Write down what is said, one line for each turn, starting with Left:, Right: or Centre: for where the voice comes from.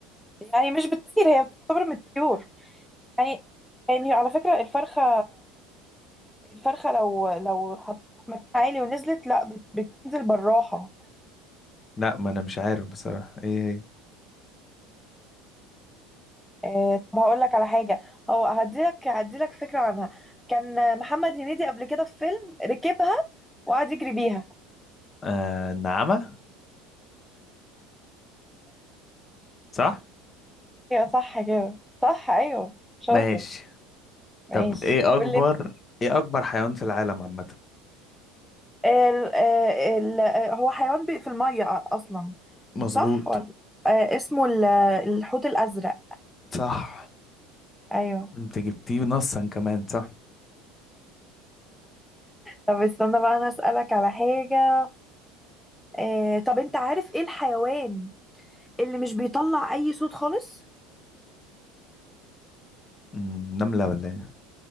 Centre: يعني مش بتطير هي بتعتبر من الطيور يعني يعني على فكرة الفرخة الفرخة لو لو حطيتها في مكان عالي ونزلت لا بت- بتنزل بالراحة
Left: لا ما انا مش عارف بصراحة ايه هي
Centre: آه، طب هقول لك على حاجة هو هديلك هديلك فكرة عنها كان محمد هنيدي قبل كده في فيلم ركبها وقعد يجري بيها
Left: آه النعامة صح
Centre: ايوه صح كده صح ايوه شاطر
Left: ماشي
Centre: ماشي
Left: طب ايه اكبر
Centre: قول لي ال
Left: ايه اكبر حيوان في العالم عامة
Centre: ال آه، ال آه، هو حيوان بي في الميه اصلا
Left: مظبوط
Centre: صح ولا آه اسمه ال- الحوت الازرق
Left: صح
Centre: ايوه
Left: انت جبتيه نصا كمان صح
Centre: طب استنى بقى انا اسالك على حاجه آه طب انت عارف ايه الحيوان اللي مش بيطلع اي صوت خالص
Left: مم، نملة ولا ايه